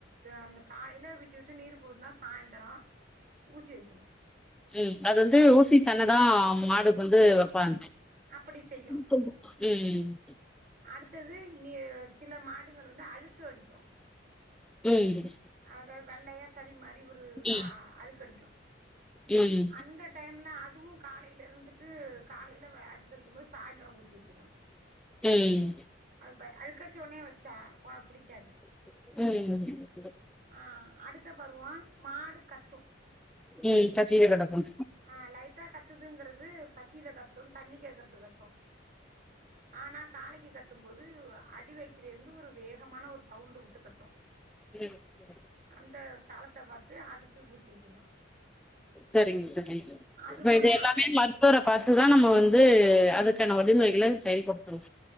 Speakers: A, on the right; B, in the centre.
A: அந்த காயில விட்டு விட்டு நீர் போதுன்னா சாய்ந்த்ரோ ஊசி வைக்கணு
B: ம் அது வந்து ஊசி சென தா மாடு வந்து வப்பாங்க
A: அப்படி செய்யு
B: ம் ம்
A: அடுத்தது இ சில மாடுங்கள் வந்து அழுக்கு வடிக்கு
B: ம்
A: அதாவது வெள்ளையா சளி மாரி ஒரு இதா
B: ம்
A: அழுக்கடிக்கு
B: ம்
A: அந்த டைம்ல அதுவு காலைல இருந்துட்டு காலையில அழுக்கடிக்கும் போது சாய்ந்தரோ ஊசி வைக்கணு
B: ம்
A: அது அழுக்கடிச்ச உனே வச்சா வா புடிக்காது
B: ம்
A: ஆ அடுத்த பருவோ மாடு கத்தும்
B: ம் கத்தினு கெடக்கும்
A: ஆ லைட்டா கத்துதுங்கிறது பசியில கத்தும் தண்ணி கேக்குறதுக் கத்தும் ஆனா காளைக்கி கத்தும் போது அடி வயித்துல இருந்து ஒரு வேகமான ஒரு சவுண்டு உட்டு கத்து
B: ம் <inaudible>
A: அந்த காலத்த பாத்து அதுக்கு ஊசி வெக்கணு
B: சரிங்க சரிங்க
A: அது
B: இப்ப
A: போல
B: இது எல்லாமே
A: அடுத்து
B: மரு த்துவர பாத்துதா நம்ம வந்து அதுக்கான வழிமுறைகள செயல் படுத்தனு